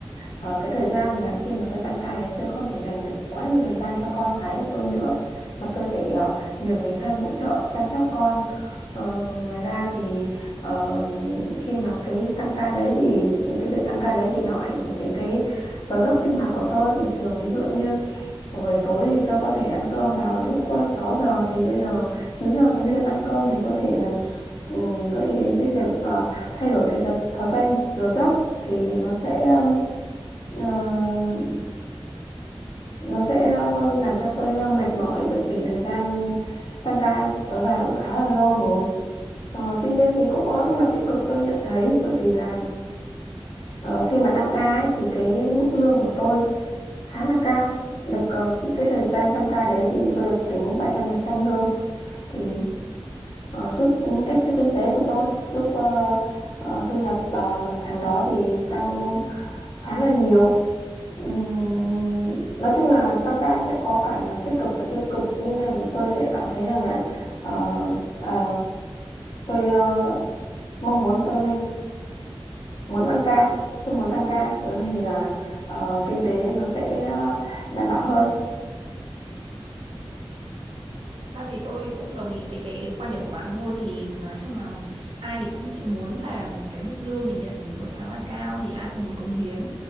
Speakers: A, on the left; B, on the right.
A: ờ, cái thời gian mà khi mà tôi tăng ca đấy tôi không thể dành được quá nhiều thời gian cho con cái của tôi nữa mà tôi phải ờ, nhờ người thân hỗ trợ chăm sóc con Ờ, ngoài ra thì ờ, khi mà cái tăng ca đấy thì cái việc tăng ca đấy thì nó ảnh hưởng đến cái giờ giấc sinh hoạt của tôi bình thường ví dụ như một buổi tối thì tôi có thể ăn cơm vào lúc ờ, 6 giờ thì bây giờ 9 giờ tôi mới được ăn cơm thì có thể là ừ, gợi ý đến cái việc ờ, thay đổi cái giờ, thói quen giờ giấc thì nó sẽ ừm, ờ, nó sẽ ờ, làm cho tôi ờ, mệt mỏi bởi vì thời gian tăng ca kéo dài cũng khá là lâu rồi. Ờ, tuy nhiên thì cũng có những mặt tích cực tôi nhận thấy bởi vì là Ờ, khi mà tăng ca ấy, thì cái mức lương của tôi khá là cao được ờ, cái, cái thời gian tăng ca đấy thì tôi được tính 300% lương thì ờ, giúp ừ, ích cho kinh tế của tôi giúp ờ, ờ, thu nhập ờ, tháng đó thì tăng khá là nhiều Ừm, nói chung là tăng ca sẽ có cả mặt tích cực và tiêu cực nhưng mà tôi sẽ cảm thấy rằng là ờ, ờ, tôi ờ, mong muốn tôi muốn tăng ca tôi muốn tăng ca bởi vì là ờ, kinh tế nó sẽ ờ, đảm bảo hơn
B: ra thì tôi cũng đồng ý với cái quan điểm của bạn thôi thì nói chung là ai thì cũng thị muốn là cái mức lương mình nhận mỗi tháng là cao thì ai cũng muốn cống hiến